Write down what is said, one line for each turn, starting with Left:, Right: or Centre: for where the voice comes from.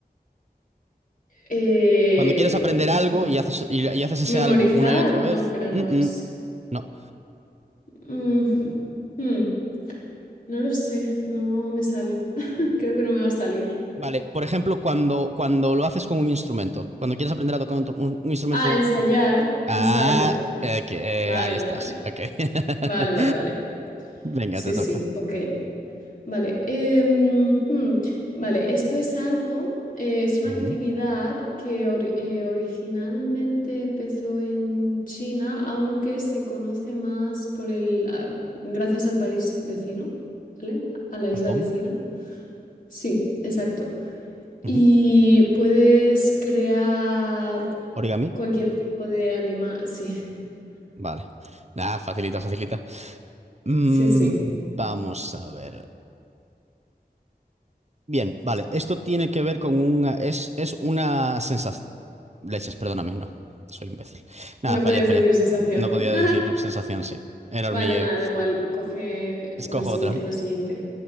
Left: Eh,
Right: Cuando quieres aprender algo
Left: no.
Right: y haces, y, y haces ese
Left: Memorizar,
Right: algo una y otra
Left: no,
Right: vez,
Left: pero no
Right: mm,
Left: es.
Right: mm, no.
Left: Mm, hmm, no lo sé, no me sale. <laughs> Creo que no me va a salir.
Right: Vale, por ejemplo, cuando, cuando lo haces con un instrumento, cuando quieres aprender a tocar un, tru- un- un instrumento
Left: Ah, ensayar, ensayo.
Right: Ah, ok, eh,
Left: Vale,
Right: ahí
Left: vale,
Right: estás.
Left: vale.
Right: Ok. <laughs>
Left: Vale, vale, vale.
Right: Venga,
Left: Sí,
Right: te toca.
Left: sí, ok. Vale. em, hmm, vale, esto es algo, eh, es una
Right: Ujú.
Left: actividad que ori- eh, originalmente empezó en China, aunque se conoce más por el, ah, gracias al país vecino, ¿vale? A la isla
Right: Japón.
Left: vecina. Sí, exacto.
Right: Ujú.
Left: Y puedes crear
Right: Origami.
Left: cualquier tipo de alima. Sí,
Right: Vale. Ah, facilita, facilita. Mm,
Left: sí, sí.
Right: vamos a ver. Bien, vale. Esto tiene que ver con una. Es, es una sensación. Leches, perdóname, no. Soy imbécil. Nada,
Left: No
Right: falla,
Left: podías
Right: falla.
Left: decir sensación.
Right: No podía
Left: <laughs>
Right: decir sensación, sí. Era
Left: Vale,
Right: hormigueo.
Left: nada, da igual. Coge
Right: Escojo
Left: una silla
Right: otra.
Left: la siguiente.